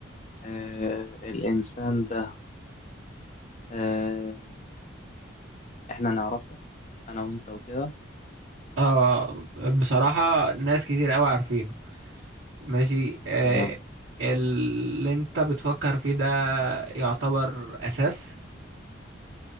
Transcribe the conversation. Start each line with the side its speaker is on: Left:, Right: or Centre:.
Left: آه الإنسان ده آه إحنا نعرفه أنا وأنت وكده
Right: اه بصراحة ناس كتير قوي عارفينه ماشي آه
Left: تمام
Right: اللي انت بتفكر فيه ده يعتبر اساس